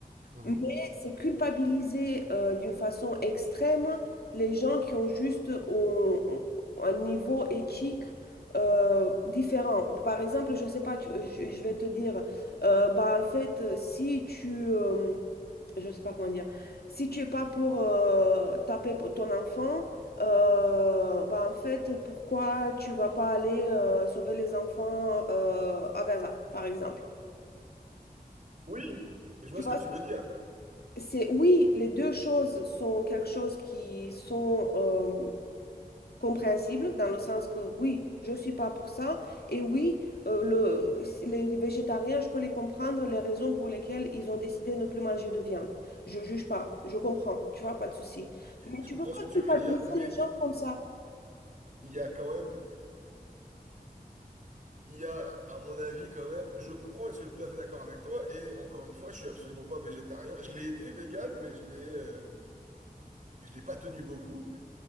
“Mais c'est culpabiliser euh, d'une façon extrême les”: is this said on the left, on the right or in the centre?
Left